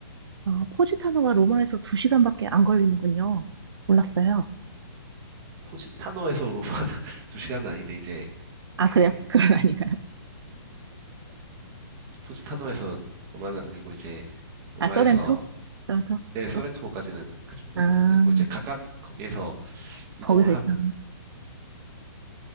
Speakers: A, on the right; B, on the right.
A: 어, 포지타노가 로마에서 두시간밖에안 걸리는군요. 몰랐어요.
B: 포지타노에서 로마 <laughs> 두 시간은 아닌데 이제
A: 아,
B: 그
A: 그래요? <laughs> 그건 아닌가요?
B: 포지타노에서 로마는 아니고 이제 로마에서
A: 아, 소렌토? 소렌토?
B: 네, 소렌토까지는
A: 뭐?
B: 그 정도
A: 아,
B: 됐고 이제 각각 거기에서 이동을
A: 거기서
B: 하면
A: 있어.